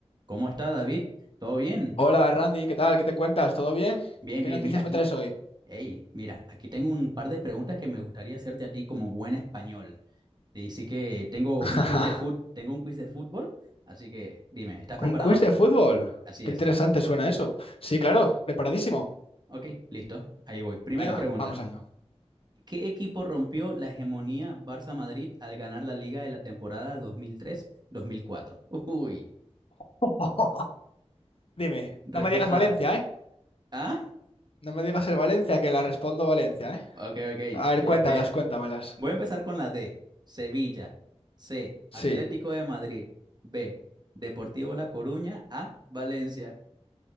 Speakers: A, on the right; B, on the left.
A: ¿Cómo está David? ¿Todo bien?
B: Hola Randy, ¿qué tal? ¿Qué te cuentas? ¿Todo bien?
A: Bien,
B: ¿Qué
A: bien,
B: noticias
A: mira aquí.
B: me traes hoy?
A: Hey, mira, aquí tengo un par de preguntas que me gustaría hacerte a ti como buen español. Y sí que tengo
B: <laughs>
A: un quiz de fut, tengo un quiz de fútbol, así que dime, ¿estás preparado?
B: ¿Un quiz de fútbol?
A: Así
B: Qué
A: es.
B: interesante suena eso. Sí, claro, preparadísimo.
A: Ok, listo. Ahí voy. Primera
B: Venga,
A: pregunta.
B: vamos allá.
A: ¿Qué equipo rompió la hegemonía Barça-Madrid al ganar la liga de la temporada dos dos mil tres mil cuatro? Uy,
B: <laughs> Dime,
A: respuesta
B: no me digas Valencia, ¿eh?
A: A.
B: No me digas el Valencia, que la respondo Valencia, ¿eh?
A: Ok, ok. de-
B: A ver, cuéntamelas,
A: de-
B: cuéntamelas.
A: Voy a empezar con la D, Sevilla. C,
B: Sí,
A: Atlético de Madrid. B, Deportivo La Coruña. A, Valencia.